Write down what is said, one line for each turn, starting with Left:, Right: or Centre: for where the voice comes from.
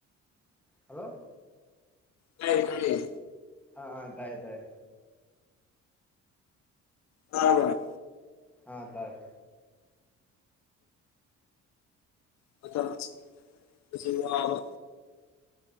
Centre: ꯍꯜꯂꯣ
Left: ꯇꯥꯏꯌꯦ ꯇꯥꯏꯌꯦ
Centre: ꯑ ꯑ ꯇꯥꯏ ꯇꯥꯏ
Left: ꯇꯥꯕ꯭ꯔ
Centre: ꯑ ꯇꯥꯔꯦ
Left: <unintelligible> ꯈꯨꯁꯦ ꯋꯥꯕ